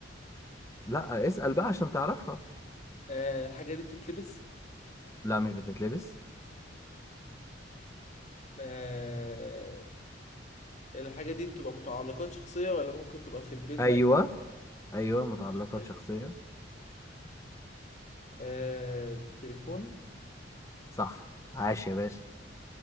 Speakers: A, on the left (about 15°); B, on the left (about 40°).
A: لا اسال بقى عشان تعرفها
B: آه الحاجة دي بتتلبس
A: لا مش بتتلبس
B: آه الحاجة دي بتبقى متعلقات شخصية ولا ممكن تبقى في البيت
A: ايوه
B: لأي
A: ايوه متعلقات
B: شخص؟
A: شخصيه
B: آه تليفون
A: صح عاش يا باشا